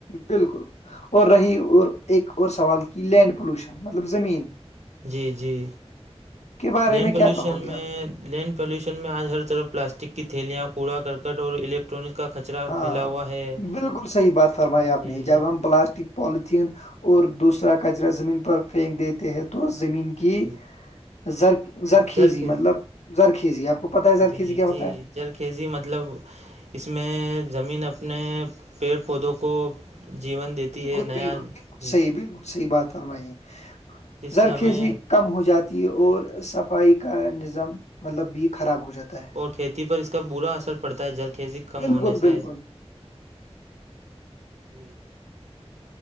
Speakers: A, on the left; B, on the right.
A: بالکل اور رہی اور ایک اور سوال کی لینڈ پولوشن مطلب زمین
B: جی جی
A: کے بارے
B: لینڈ
A: میں کیا
B: پلیوشن
A: کہو گے
B: میں
A: آپ
B: لینڈ پاللوشن میں آج ہر طرف پلاسٹک کی تھیلیاں کوڑا کرکٹ اور الیکٹ ٹونک کا کچرا
A: ہاں
B: پھیلا ہوا ہے
A: بالکل صحیح بات فرمائی آپ
B: جی
A: نے جب ہم پلاسٹ پالتھین اور دوسرا کچرا زمین پر پھینک دیتے ہیں تو زمین کی
B: جی
A: زر زرخیزی
B: جھر کھیت
A: مطلب زرخیزی آپ کو پتہ ہے زرخیزی
B: جی
A: کیا
B: جی
A: ہوتا ہے
B: جلخیزی مطلب اس میں زمین اپنے پیڑ پودوں کو جیون دیتی
A: بالکل
B: ہے نیا
A: بالکل بالکل
B: جی
A: سحی بالکل صحیح بات فر میںائی
B: جس
A: زرخیزی
B: سے ہمیں
A: کم ہو جاتی ت اور صفائی کا نظام مطلب بھی خراب ہو جاتا ہے
B: اور کھیتی پر اس کا برا اثر پڑتا ہے جلخھیزی کم
A: بالکل
B: ہونے سے
A: بالکل
B: جی